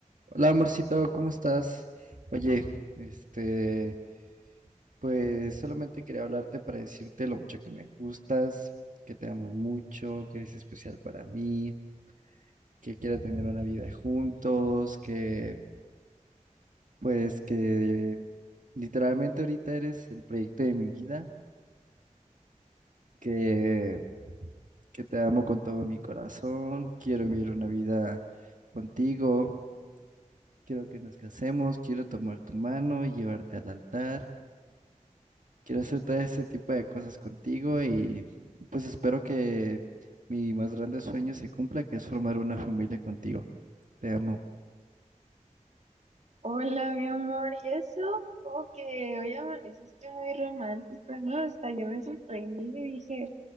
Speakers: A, on the right; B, on the right.
A: Hola, amorcito, ¿cómo estás? Oye, este, pues solamente quería hablarte para decirte lo mucho que me gustas, que te amo mucho, que eres especial para mí, que quiero tener una vida juntos, que pues que literalmente ahorita eres el proyecto de mi vida, que que te amo con todo mi corazón, quiero vivir una vida contigo, quiero que nos casemos, quiero tomar tu mano y llevarte al altar. Quiero hacer todo ese tipo de cosas contigo y pues espero que mi más grande sueño se cumpla, que es formar una familia contigo. Te amo.
B: Hola, mi amor, ¿y eso? Como que hoy amaneciste muy romántico, ¿no? Hasta yo me sorprendí y dije,